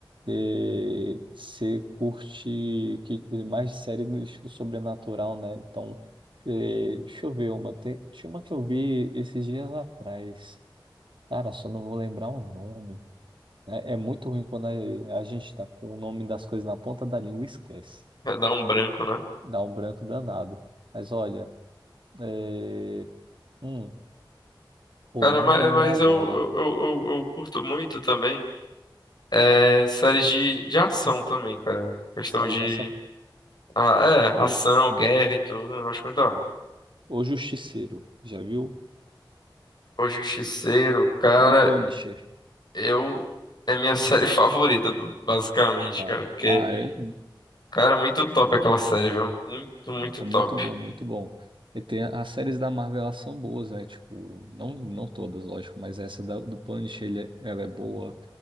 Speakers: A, on the right (about 75°); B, on the left (about 55°).
A: eh, você curte que, mais série no estilo sobrenatural, né? Então, eh, deixa eu ver uma. Tem, tinha uma que eu vi esses dias atrás. Cara, só não vou lembrar o nome. É, é muito ruim quando a, a gente tá com o nome das coisas na ponta da língua e esquece.
B: <laughs> Dá um branco, né?
A: Dá um branco danado. Mas olha, eh, hum, pô,
B: Cara,
A: não
B: mas,
A: vou lembrar
B: mas
A: agora.
B: eu, eu, eu, eu eu curto muito também é, séries de, de ação também, cara. Questão
A: Série
B: de
A: de ação.
B: ah, é,
A: Pô,
B: ação, guerra e tudo. Eu acho muito da hora.
A: O Justiceiro, já viu?
B: O Justiceiro, cara,
A: The Punisher.
B: eu. É minha série <laughs> favorita, basicamente,
A: Ah,
B: cara. Porque,
A: ah, é,
B: cara, é muito top aquela série, viu? Muito, muito
A: é
B: top.
A: muito bom, muito bom. E tem as séries da Marvel, elas são boas, né? Tipo, não, não todas, lógico, mas essa da- do Punisher, ele é- ela é boa.